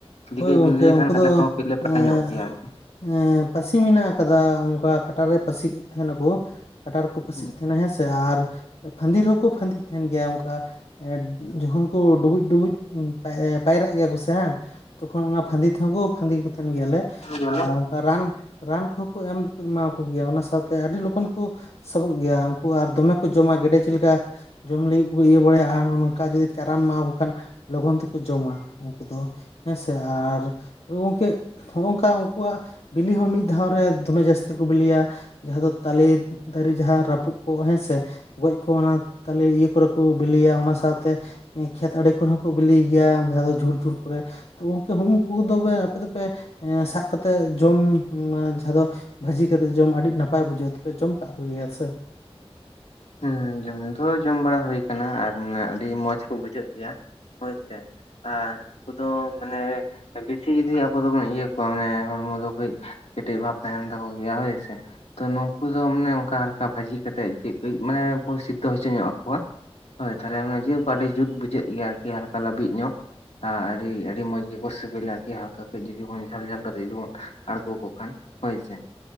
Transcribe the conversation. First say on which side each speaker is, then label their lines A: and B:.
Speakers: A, on the left; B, on the left.
A: ᱡᱩᱫᱤ
B: ᱦᱳᱭ ᱜᱚᱝᱠᱮ
A: ᱵᱤᱱ ᱞᱟᱹᱭ ᱞᱮᱠᱷᱟᱱ
B: ᱩᱱᱠᱩ
A: ᱟᱞᱮᱦᱚᱸ
B: ᱫᱚ
A: ᱠᱟᱹᱡ ᱞᱮ ᱵᱟᱲᱟᱭ
B: ᱮᱸ
A: ᱧᱚᱜ ᱜᱮᱭᱟ ᱟᱹᱨᱠᱤ ᱾
B: ᱮᱸ ᱯᱟᱹᱥᱤ ᱢᱮᱱᱟᱜ ᱟᱠᱟᱫᱟ ᱚᱱᱠᱟ ᱠᱟᱴᱟ ᱨᱮ ᱯᱟᱹᱥᱤ ᱠᱚ ᱛᱟᱦᱮᱱᱟᱠᱚ ᱾ ᱠᱟᱴᱟ ᱨᱮᱠᱚ ᱯᱟᱹᱥᱤᱜ
A: ᱦᱩᱸ
B: ᱛᱟᱦᱮᱱᱟ ᱦᱮᱸᱥᱮ ᱟᱨ ᱯᱷᱟᱸᱫᱤ ᱨᱮᱦᱚᱸ ᱠᱚ ᱯᱷᱟᱸᱫᱤᱜ ᱛᱟᱦᱮᱱ ᱜᱮᱭᱟ ᱚᱱᱠᱟ ᱾ ᱮᱸ ᱡᱚᱠᱷᱚᱱ ᱠᱚ ᱰᱩᱵᱩᱡ ᱰᱩᱵᱩᱡ ᱯᱟᱭᱨᱟᱜ ᱜᱮᱭᱟ ᱠᱚ ᱥᱮ ᱦᱟᱸᱜᱼᱼ ᱛᱚᱠᱷᱚᱱ ᱚᱱᱟ ᱯᱷᱟᱸᱫᱤ ᱛᱮᱦᱚᱸ ᱠᱚ ᱯᱷᱟᱸᱫᱤ ᱠᱚ ᱛᱟᱦᱮᱱ ᱜᱮᱭᱟᱞᱮ,
A: ᱦᱩᱸ
B: ᱟᱨᱼᱼ ᱨᱟᱱ ᱨᱟᱱ ᱠᱚᱦᱚᱸ ᱠᱚ ᱮᱢ ᱮᱢᱟ ᱠᱚ ᱜᱮᱭᱟ ᱚᱱᱟ ᱥᱟᱶᱛᱮ ᱟᱹᱰᱤ ᱞᱚᱜᱚᱱ ᱠᱚᱼᱼ ᱥᱟᱵᱚᱜ ᱜᱮᱭᱟ ᱩᱱᱠᱩ ᱟᱨ ᱫᱚᱢᱮ ᱠᱚ ᱡᱚᱢᱟ ᱜᱮᱰᱮ ᱪᱮᱫ ᱞᱮᱠᱟ ᱾ ᱡᱚᱢ ᱞᱟᱹᱜᱤᱫ ᱠᱚ ᱤᱭᱟᱹ ᱵᱟᱲᱟᱭᱟ ᱟᱨ ᱱᱚᱝᱠᱟ ᱡᱩᱫᱤ ᱪᱟᱨᱟᱢ ᱮᱢᱟᱣᱟᱠᱚ ᱠᱷᱟᱱᱼᱼ ᱞᱚᱜᱚᱱ ᱛᱮᱠᱚ ᱡᱚᱢᱟ ᱩᱱᱠᱩ ᱫᱚ ᱦᱮᱸᱥᱮ ᱾ ᱟᱨ ᱜᱚᱢᱠᱮᱼᱼ ᱱᱚᱜᱼᱚ ᱱᱚᱝᱠᱟ ᱩᱱᱠᱩᱣᱟᱜ ᱵᱤᱞᱤ ᱦᱚᱸ ᱢᱤᱫ ᱫᱷᱟᱣ ᱨᱮ ᱫᱚᱢᱮ ᱡᱟᱹᱥᱛᱤ ᱠᱚ ᱵᱤᱞᱤᱭᱟ ᱾ ᱡᱟᱦᱟᱸ ᱫᱚ ᱛᱟᱞᱮ ᱫᱟᱨᱮ ᱡᱟᱦᱟᱸ ᱨᱟᱹᱯᱩᱫ ᱠᱚᱜ ᱦᱮᱸᱥᱮ ᱜᱚᱡ ᱠᱚ ᱚᱱᱟ ᱛᱟᱞᱮ ᱤᱭᱟᱹ ᱼᱼ ᱠᱚᱨᱮ ᱠᱚ ᱵᱤᱞᱤᱭᱟ ᱚᱱᱟ ᱥᱟᱶᱛᱮ ᱮᱸ ᱠᱷᱮᱛ ᱟᱲᱮ ᱠᱚᱨᱮ ᱦᱚᱸᱠᱚ ᱵᱤᱞᱤᱭ ᱜᱮᱭᱟ ᱡᱟᱦᱟᱸ ᱫᱚ ᱡᱷᱩᱲ ᱡᱷᱩᱲ ᱠᱚᱨᱮᱼᱼ ᱛᱩ ᱦᱩᱜ <unintelligible> ᱩᱭᱝᱠᱩ ᱛᱚᱵᱮ ᱟᱯᱮ ᱫᱚᱯᱮ ᱮᱸ ᱥᱟᱵ ᱠᱟᱛᱮᱫ ᱡᱚᱢ ᱡᱟᱦᱟᱸ ᱫᱚᱼᱼ ᱵᱷᱟᱹᱡᱤ ᱠᱟᱛᱮᱫ ᱡᱚᱢ ᱟᱹᱰᱤ ᱱᱟᱯᱟᱭ ᱵᱩᱡᱷᱟᱹᱜᱼᱟ ᱛᱚᱵᱮ ᱡᱚᱢ ᱠᱟᱜ ᱠᱚᱜᱮᱭᱟ ᱥᱮ?
A: ᱦᱮᱸ ᱡᱚᱢ ᱫᱚ ᱡᱚᱢ ᱵᱟᱲᱟ ᱦᱩᱭ ᱠᱟᱱᱟ ᱟᱨ ᱢᱟᱱᱮ ᱟᱹᱰᱤ ᱢᱚᱸᱡᱽ ᱠᱚ ᱵᱩᱡᱷᱟᱹᱜ ᱜᱮᱭᱟ ᱦᱳᱭ ᱥᱮ ᱾ ᱟᱨ ᱱᱩᱠᱩ ᱫᱚ ᱢᱟᱱᱮᱼᱼ ᱵᱤᱥᱤ ᱡᱩᱫᱤ ᱟᱵᱚ ᱫᱚᱵᱚᱱ ᱤᱭᱟᱹ ᱠᱚᱣᱟ ᱢᱟᱱᱮ ᱦᱚᱲᱢᱚ ᱫᱚ ᱠᱟᱹᱡ ᱠᱮᱴᱮᱡ ᱵᱷᱟᱵᱽ ᱛᱟᱦᱮᱱ ᱛᱟᱠᱚᱣᱟ ᱜᱮᱭᱟ ᱦᱳᱭ ᱥᱮ ᱾ ᱛᱚ ᱱᱩᱝᱠᱩ ᱫᱚ ᱢᱟᱱᱮ ᱚᱱᱠᱟ ᱦᱟᱞᱠᱟ ᱵᱷᱟᱹᱡᱤ ᱠᱟᱛᱮᱜ ᱪᱮᱫ ᱠᱟᱹᱡᱽ ᱢᱟᱱᱮ ᱵᱚ ᱥᱤᱫᱽᱫᱷᱚ ᱦᱚᱪᱚ ᱧᱚᱜ ᱠᱚᱣᱟᱼᱼ ᱦᱚᱭ ᱛᱟᱦᱞᱮ ᱢᱟᱱᱮ ᱡᱤᱞ ᱠᱚ ᱟᱹᱰᱤ ᱡᱩᱛ ᱵᱩᱡᱷᱟᱹᱜ ᱜᱮᱭᱟ ᱟᱨᱠᱤ ᱦᱟᱞᱠᱟ ᱞᱟᱹᱵᱤᱫ ᱧᱚᱜᱼᱼ ᱟᱨ ᱟᱹᱰᱤ ᱟᱹᱰᱤ ᱢᱚᱸᱡᱽ ᱜᱮᱠᱚ ᱥᱤᱵᱤᱞᱟ ᱟᱨᱠᱤ ᱦᱟᱞᱠᱟ ᱠᱟᱹᱡᱽ ᱡᱩᱫᱤ ᱵᱚᱱ ᱡᱷᱟᱞ ᱡᱷᱟᱞ ᱠᱟᱛᱮ ᱡᱩᱫᱤ ᱵᱚᱱ ᱟᱸᱬᱜᱚ ᱠᱚ ᱠᱷᱟᱡ ᱾ ᱦᱚᱭ ᱥᱮᱼᱼ